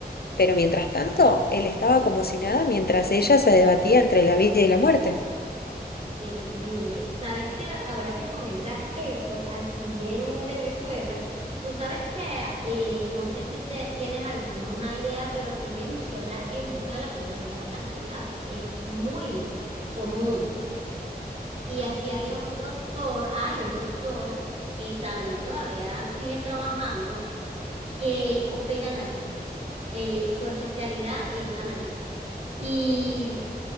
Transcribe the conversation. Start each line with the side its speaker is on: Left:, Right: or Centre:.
Left: pero mientras tanto, él estaba como si nada mientras ella se debatía entre la vida y la muerte.
Right: Qué terrible. Sabes que ahora que comentas eso, aquí en Venezuela, tú sabes que, eh, no sé si te, tienes alguna idea, pero aquí en Venezuela el uso de las cirugías plásticas es muy común. Y aquí
Left: Ujú.
Right: había un doctor, hay un doctor que también todavía sigue trabajando que él opera narices. Él- su especialidad es la nariz. Y